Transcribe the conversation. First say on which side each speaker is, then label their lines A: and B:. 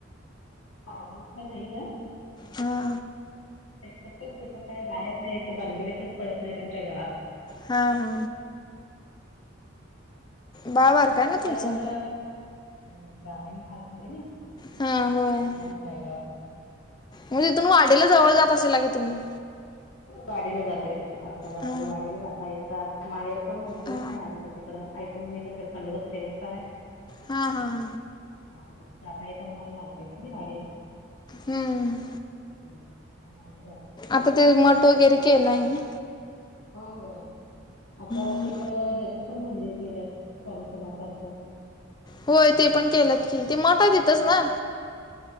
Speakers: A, on the left; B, on the left.
A: पागल तर नाही ग
B: हा
A: त कुठं काय बाहेर नाही ते बाानगडीतच पडत नाहीत आमच्या घरात
B: हा हा बाळ बारक आहे ना
A: येत
B: तुमचं?
A: आता ग्रामीण भागात आहे ना
B: हा होय
A: फयदा
B: मग तिथून वाढेला जवळ जात असेल का की तुम्ही
A: वाढला जातय सारखं जातय
B: हा
A: वाढला जाता येत माहेर पण मंगसुळीच
B: हा
A: आहे आमचं तिकडं ऐकून माहित असेल खंडपती देवस्थान आहे
B: हा हा हा
A: हा मग दातयता मारला आगतेत नाही वाडी
B: हम्म
A: ह मारीला
B: आता ते मठ वगैरे केलंय ना
A: होय होय परत
B: हम्म.
A: इकड पण मंदिर केल्या स्वामी समारथांचं
B: होय ते पण केलात की ते मोठात येतच
A: हा.
B: ना